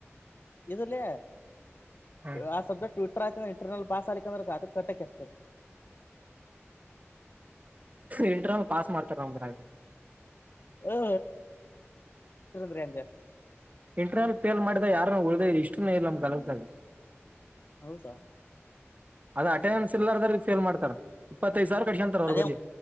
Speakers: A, on the left; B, on the right.
A: ಇದುಲ್ಲೆ
B: ಹ್ಮ್
A: ಆ ಸಬ್ಜೆಕ್ಟ್ಟರ್ ಆಯತ ಅಂದ್ರ ಇಂಟರ್ನಲ್ ಬಾಸ್ ಆಲಿ ಅಂದ್ರ ಅದಕ್ಕೆ <unintelligible>
B: ಇಂಟರ್ನಲ್ ಪಾಸ್ ಮಾಡ್ತಾರ ಒಂದ್ರ
A: ಹಾ <unintelligible> ಹೆಂಗೆ
B: ಇಂಟರ್ನಲ್ ಪೇಲ್ ಮಾಡಿದ ಯಾರ ಒಳ್ದ ಇಷ್ಟು ಇಲ್ಲ ನಮ್ ಕಲದಲ್ಲಿ
A: ಹೌದಾ
B: ಅದ ಅಟೆಂಡೆನ್ಸ್ ಇಲ್ಲಾರದ್ರ ಫೇಲ್ ಮಾಡ್ತಾರ ಇಪ್ಪತ್ತೈದು ಸಾವಿರ ಕಟ್ಕೊಂತಾರ ಅವ್ರ
A: ಅದೇ
B: ಬಲ್ಲಿ